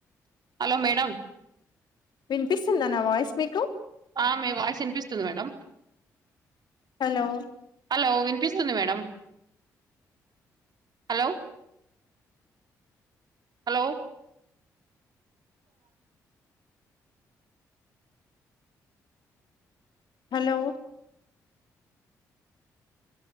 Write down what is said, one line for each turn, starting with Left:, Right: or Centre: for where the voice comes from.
Right: hello madam
Left: వినిపిస్తుందా నా voice మీకు
Right: ఆమె voice వినిపిస్తుంది madam
Left: hello
Right: hello వినిపిస్తుంది madam hello hello
Left: hello